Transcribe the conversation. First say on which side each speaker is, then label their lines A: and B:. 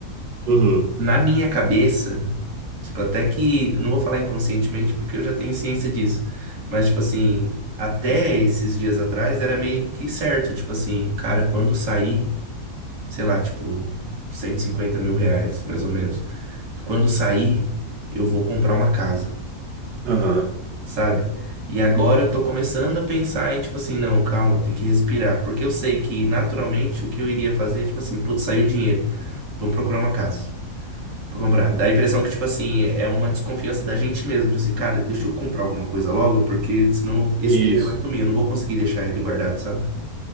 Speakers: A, on the right; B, on the right.
A: Uhum,
B: Na minha cabeça, Tipo, até que, não vou falar inconscientemente porque eu já tenho ciência disso, mas tipo assim, até esses dias atrás era meio que certo, tipo assim, cara, quando sair, sei lá, tipo, cento e cinquenta mil reais, mais ou menos, quando sair, eu vou comprar uma casa,
A: aham.
B: sabe? E agora eu tô começando a pensar em, tipo assim, não, calma, tem que respirar, porque eu sei que naturalmente o que eu iria fazer, tipo assim, putz, saiu o dinheiro, vamos procurar uma casa. Pra comprar. Dá a impressão que, tipo assim, é uma desconfiança da gente mesmo. Tipo assim, cara, deixa eu comprar alguma coisa logo, porque senão esse
A: Isso.
B: dinheiro vai sumir. Eu não vou conseguir deixar ele guardado, sabe?